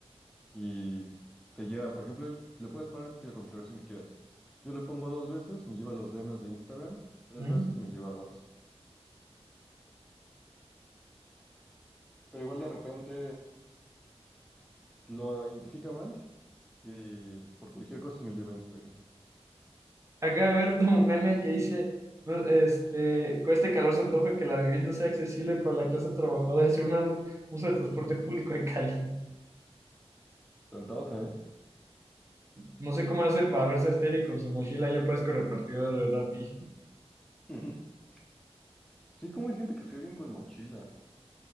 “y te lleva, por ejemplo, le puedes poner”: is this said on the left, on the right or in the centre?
Centre